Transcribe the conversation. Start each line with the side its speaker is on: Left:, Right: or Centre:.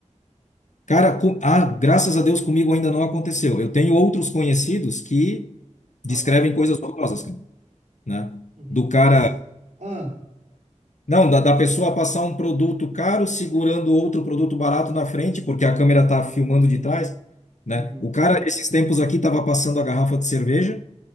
Left: Cara, com- ah, graças a Deus comigo ainda não aconteceu. Eu tenho outros conhecidos que
Right: Aham.
Left: descrevem coisas horrorosas, cara, né?
Right: Uhum.
Left: Do cara,
Right: Esse- Ah,
Left: não, da, da pessoa passar um produto caro segurando outro produto barato na frente, porque a câmera tá filmando de trás, né?
Right: uhum.
Left: O cara, esses tempos aqui, tava passando a garrafa de cerveja,